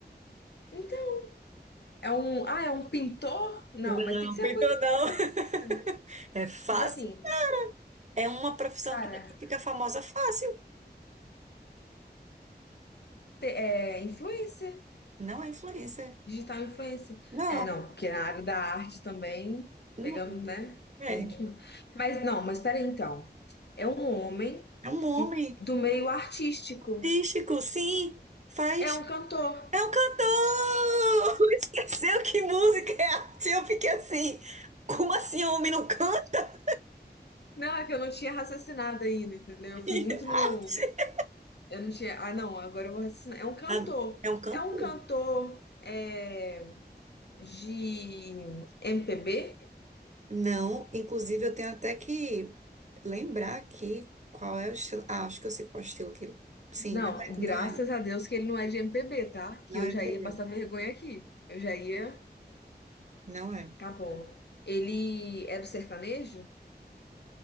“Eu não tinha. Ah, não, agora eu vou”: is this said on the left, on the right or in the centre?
Left